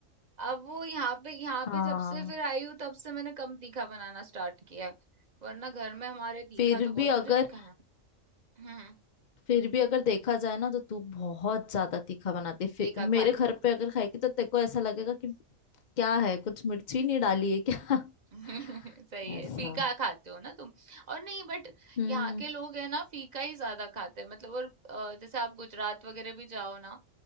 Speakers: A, on the right (about 35°); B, on the left (about 60°).
A: अब वो यहाँ पे यहाँ
B: हाँ
A: पे जब से फिर आई हूँ तब से मैंने कम तीखा बनाना स्टार्ट किया है वरना घर में हमारे तीखा
B: फिर
A: तो बहुत
B: भी अगर
A: मुझे भी खाना हम्म हम्म,
B: फिर भी अगर देखा जाए ना तो तू बहुत ज्यादा तीखा बनाती है। फिर
A: तीखा
B: मेरे
A: खाती
B: घर
A: हो
B: पे अगर खाएगी तो तेरे को ऐसा लगेगा कि क्या है कुछ मिर्ची नहीं डाली है क्या
A: <laughs>
B: <laughs>
A: सही है
B: ऐसा
A: फीका खाते हो ना तुम और नहीं बट
B: हम्म
A: यहाँ के लोग है ना फीका ही ज्यादा खाते हैं मतलब और अ, जैसे आप गुजरात वगैरह भी जाओ ना